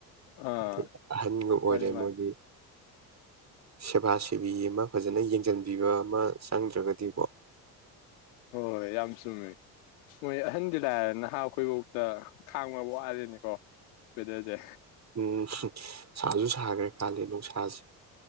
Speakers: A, on the left; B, on the right.
A: ꯑꯥ
B: ꯍꯥꯏꯗꯤ ꯑꯍꯟꯒ ꯑꯣꯏꯔꯦ
A: ꯃꯥꯅꯤ ꯃꯥꯅꯤ
B: ꯃꯣꯏꯗꯤ ꯁꯦꯕꯥ ꯁꯤꯦꯕꯤ ꯑꯃ ꯐꯖꯅ ꯌꯦꯡꯁꯤꯟꯕꯤꯕ ꯑꯃ ꯆꯪꯗ꯭ꯔꯒꯗꯤꯀꯣ
A: ꯍꯣꯏ ꯍꯣꯏ ꯌꯥꯝ ꯆꯨꯝꯃꯦ ꯃꯣꯏ ꯑꯍꯟꯗꯤ ꯂꯥꯏꯦ ꯅꯍꯥ ꯑꯩꯈꯣꯏꯐꯥꯎꯇ ꯈꯥꯡꯕ ꯋꯥꯠꯂꯤꯦꯅꯤꯀꯣ ꯋꯦꯗꯔꯁꯦ
B: ꯎꯝ ꯁꯥꯁꯨ ꯁꯥꯈ꯭ꯔꯦ ꯀꯥꯜꯂꯤ ꯅꯨꯡꯁꯥꯁꯦ